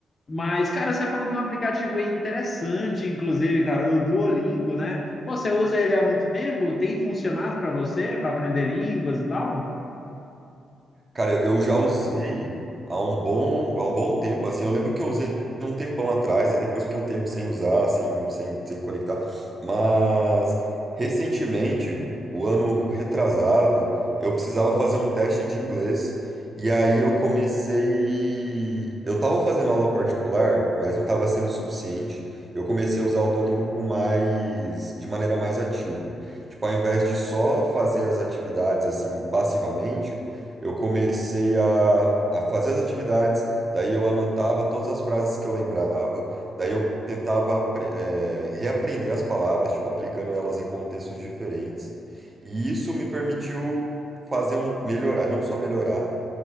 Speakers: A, on the left; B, on the right.
A: Mas, cara, você falou de um aplicativo aí interessante, inclusive, cara, o Duolingo, né? Pô, você usa ele há muito tempo? Tem funcionado para você, para aprender línguas e tal?
B: Cara, eu eu já usei há um bom, há um bom tempo, assim, eu lembro que eu usei um tempão atrás, aí depois fiquei um tempo sem usar, sem, sem, sem conectar, mas recentemente, o ano retrasado, eu precisava fazer um teste de inglês, e aí eu comecei, eu tava fazendo aula particular, mas não tava sendo suficiente, eu comecei a usar o Duolingo com mais, de maneira mais ativa, tipo, ao invés de só fazer as atividades, assim, passivamente, eu comecei a, a fazer as atividades, daí eu anotava todas as frases que eu lembrava, daí eu tentava apre- eh, reaprender as palavras, tipo, aplicando elas em contextos diferentes. E isso me permitiu fazer um melhorar, não só melhorar,